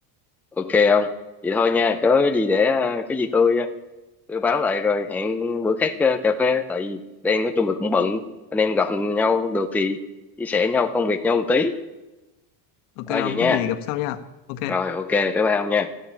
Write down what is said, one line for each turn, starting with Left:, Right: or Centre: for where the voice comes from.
Centre: ok không vậy thôi nha có cái gì để ờ, cái gì tôi ờ, tôi báo lại rồi hẹn bữa khác ờ, cà phê tại vì đang nói chung là cũng bận anh em gặp nhau được thì chia sẻ nhau công việc nhau một tí
Left: ok
Centre: ờ
Left: ông
Centre: vậy nha
Left: có gì gặp sau nha ok
Centre: rồi ok bye bye ông nha